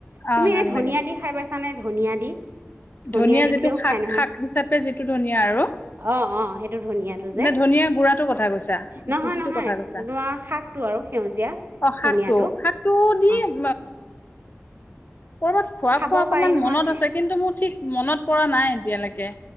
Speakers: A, on the left; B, on the right.
A: অ
B: তুমি
A: ভাল
B: এই ধুনিয়া
A: লাগে
B: দি খাই পাইছানে ধনিয়া দি। ধনিয়া
A: ধুনিয়া
B: দি
A: যিটো
B: বুলিও
A: শাক
B: খাই নহয়
A: শাক হিচাপে যিটো ধুনীয়া আৰু
B: অ অ সেইটো ধনিয়াটো যে
A: নে ধুনীয়া গুড়াটো কথা কৈছা
B: নহয়
A: গুটিটো
B: নহয়
A: কথা কৈছা?
B: তোমাৰ শাকটো আৰু সেউজীয়া
A: অ শাকটো
B: ধনিয়াটো
A: শাকটো দিম
B: অ
A: কৰ'বাত খোৱা
B: খাব
A: খোৱা অকমান
B: পাৰি নহয়
A: মনত আছে কিন্তু মোৰ ঠিক মনত পৰা নাই এতিয়ালৈকে।